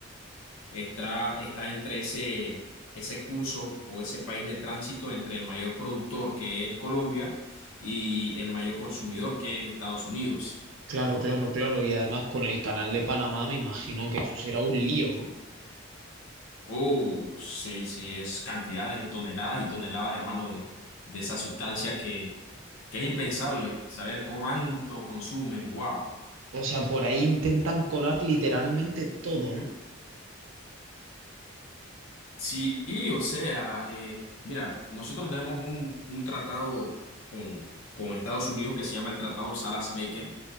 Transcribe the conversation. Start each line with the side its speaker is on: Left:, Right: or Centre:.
Left: está, está entre ese, ese curso o ese país de tránsito entre el mayor productor que es Colombia y el mayor consumidor que es Estados Unidos.
Right: Claro, claro, claro. Y además con el canal de Panamá me imagino que eso será un lío, ¿no?
Left: oh sí, sí, es cantidades de toneladas y toneladas, hermano, de, de esa sustancia que, que es impensable saber cuánto consumen. Wow.
Right: O sea, por ahí intentan colar literalmente todo, ¿no?
Left: Sí, y, o sea, eh, mira, nosotros tenemos un, un tratado con, con Estados Unidos que se llama el Tratado Salas-Becker,